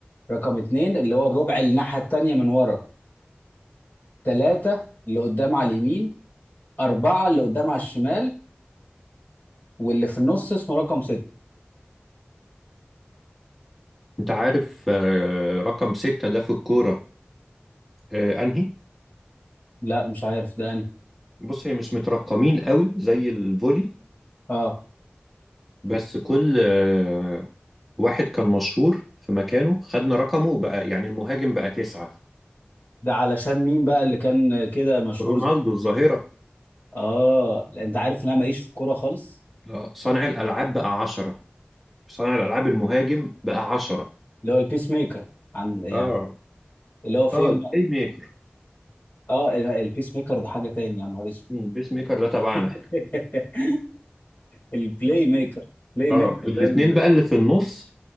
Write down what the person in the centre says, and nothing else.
انت عارف آه، رقم ستة ده في الكورة آه، انهي
بص هي مش مترقمين قوي زي الفولي
بس كل آه، واحد كان مشهور في مكانه خدنا رقمه وبقى يعني المهاجم بقى تسعة
رونالدو
الظاهرة
آه، صانع الألعاب بقى عشرة صانع الألعاب المهاجم بقى عشرة
اه
اه
البلاي ميكر
مم، البيس ميكر ده تبعنا
احنا
اه
الاتنين
بقى اللي في النص